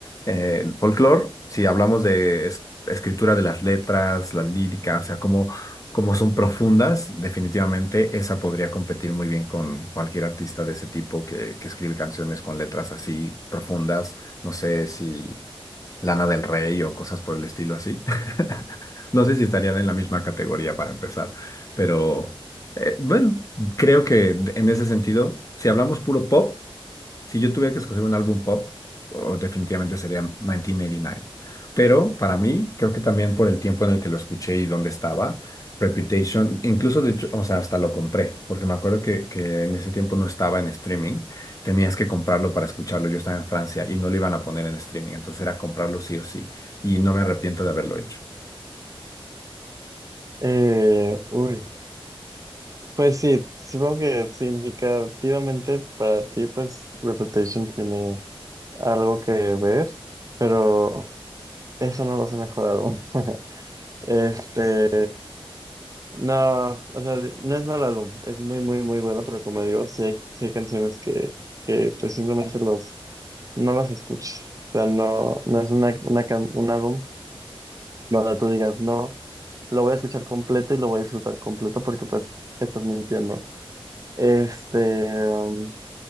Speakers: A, on the left; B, on the right.
A: eh, el folclore, si hablamos de es- escritura de las letras, las líricas, o sea, cómo, cómo son profundas, definitivamente esa podría competir muy bien con cualquier artista de ese tipo que, que escribe canciones con letras así profundas. No sé si Lana del Rey o cosas por el estilo así. <laughs> No sé si estarían en la misma categoría para empezar, pero eh, bueno, creo que en ese sentido, si hablamos puro pop, si yo tuviera que escoger un álbum pop, oh, definitivamente sería 1989. Pero para mí, creo que también por el tiempo en el que lo escuché y dónde estaba, Reputation, incluso de hecho, o sea, hasta lo compré, porque me acuerdo que, que en ese tiempo no estaba en streaming, tenías que comprarlo para escucharlo. Yo estaba en Francia y no lo iban a poner en streaming, entonces era comprarlo sí o sí, y no me arrepiento de haberlo hecho.
B: Eh, uy, pues sí, supongo que significativamente para ti, pues Reputation tiene algo que ver, pero eso no lo hace mejor álbum. <laughs> Este, no, o sea, no es mal álbum, es muy, muy, muy bueno, pero como digo, sí hay, sí hay canciones que, que pues simplemente los, no las escuchas. O sea, no, no es una, una, can- un álbum donde tú digas, no, lo voy a escuchar completo y lo voy a disfrutar completo porque pues estás mintiendo. Este, um,